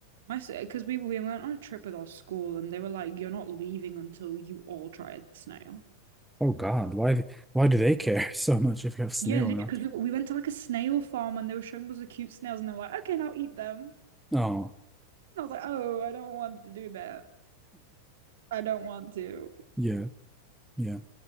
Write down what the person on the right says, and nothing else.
My, because we, we went on a trip with our school and they were like, you're not leaving until you all try a snail.
Yeah,
because
we, we went to like a snail farm and they were showing us the cute snails and they were like, okay, now eat them. And
I was like, oh, I don't want to do that. I don't want to.